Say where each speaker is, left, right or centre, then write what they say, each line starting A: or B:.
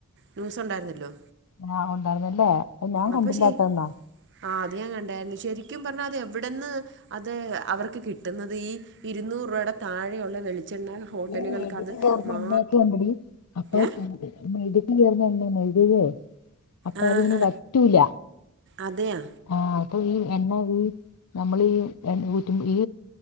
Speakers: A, on the right; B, on the left.
A: ന്യൂസ് ഉണ്ടായിരുന്നല്ലോ.
B: ആഹ ഉണ്ടായിരുന്നല്ലേ. അത് ഞാൻ കണ്ടില്ലാത്തന്നാ
A: അപ്പൊ ശേ ആ അത് ഞാൻ കണ്ടരുന്നു. ശരിക്കും പറഞ്ഞാ അത് എവിടെന്ന് അത് അവർക്ക് കിട്ടുന്നത്, ഈ ഇരുന്നൂറ് രൂപയുടെ താഴെയുള്ള വെളിച്ചെണ്ണ ഹോട്ടലുകൾക്ക്
B: <unintelligible>
A: അത് മാ
B: <unintelligible>
A: ഏ
B: <unintelligible> അപ്പൊ
A: ആ
B: അതിങ്ങനെ
A: ആ
B: വറ്റൂല.
A: അതെയാ
B: ആഹ അപ്പൊ ഈ എണ്ണ ഈ നമ്മളി ഈ എ ഊറ്റു ഈ.